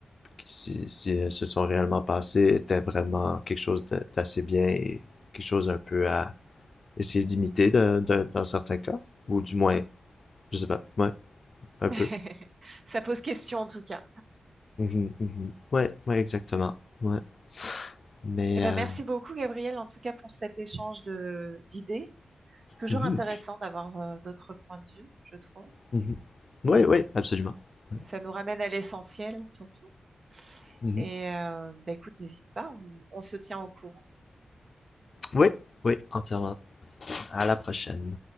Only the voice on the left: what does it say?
si, si elles se sont réellement passées était vraiment quelque chose d'assez bien et quelque chose un peu à essayer d'imiter de- de- dans certains cas, ou du moins, je sais pas, ouais, un
peu.
Mhm, mhm. Ouais, ouais, exactement. Ouais. Mais,
euh,
mhm,
mhm. Ouais, ouais, absolument. Ouais,
mhm.
Ouais, ouais, entièrement. À la prochaine.